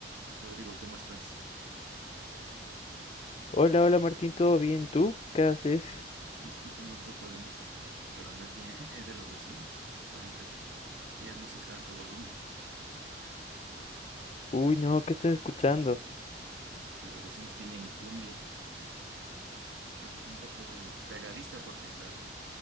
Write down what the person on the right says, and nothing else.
Rodrigo, ¿cómo estás?
Aquí escuchando un poco de música, pero no es mía, <laughs> es de los vecinos, que ahorita tienen música a alto volumen
y los vecinos tienen cumbia. Está un poco pegadiza porque la,